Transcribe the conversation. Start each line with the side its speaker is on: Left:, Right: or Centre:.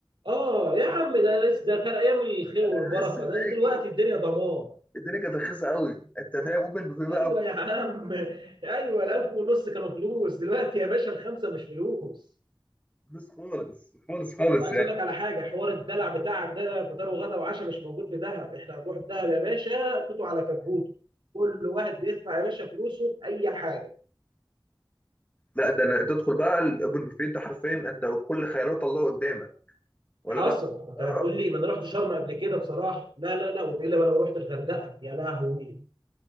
Right: اه يا عم ده لسه ده كان ايام الخير
Left: انا
Right: والبركه
Left: لسه فاكر
Right: ده, ده دلوقتي الدنيا ضمان
Left: الدنيا كانت رخيصه قوي انت فاهم اوبن بوفيه بقى
Right: ايوه يا عم ايوه الالف ونص كانوا فلوس دلوقتي يا باشا الخمسه مش فلوس
Left: فلوس خالص خالص خالص
Right: وعايز
Left: يعني
Right: اقول لك على حاجه حوار الدلع بتاعك ده ده فطار وغدا وعشاء مش موجود في دهب احنا هنروح دهب يا باشا توتو على كبوته كل واحد بيدفع يا باشا فلوسه في اي حاجه
Left: لا ده أنا تدخل بقى الاوبن بوفيه انت حرفيا انت كل خيارات الله قدامك ولا
Right: حصل
Left: بقى
Right: انت
Left: اه
Right: هتقول لي ما انا رحت شرم قبل كده بصراحه لا لا لا والا ما لو رحت الغردقه يا لهوي